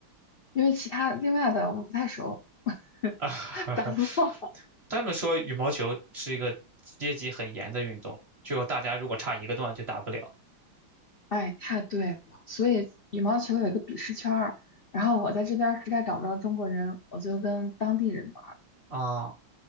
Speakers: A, on the left; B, on the right.
A: 因为其他另外的我不太熟，
B: <laughs>
A: <laughs> 打不过。
B: 他们说羽毛球是一个阶级很严的运动，就大家如果差一个段就打不了
A: <laughs> 哎，太对了，所以羽毛球有一个鄙视圈儿，然后我在这边儿实在找不着中国人，我就跟当地人玩儿。
B: 啊。